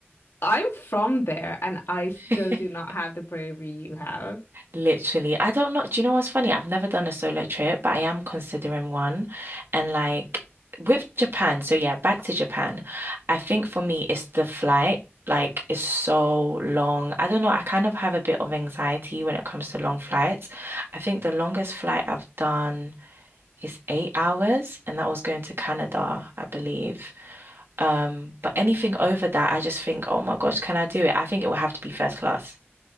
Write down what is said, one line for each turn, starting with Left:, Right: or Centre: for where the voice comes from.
Left: I'm from there, and I still
Right: <laughs>
Left: do not have the bravery you have.
Right: Literally, I don't know. Do you know what's funny? I've never done a solo trip, but I am considering one. And like with Japan, so yeah, back to Japan. I think for me, it's the flight. Like, it's so long. I don't know. I kind of have a bit of anxiety when it comes to long flights. I think the longest flight I've done is eight hours, and that was going to Canada, I believe. Um, but anything over that, I just think, oh my gosh, can I do it? I think it will have to be first class.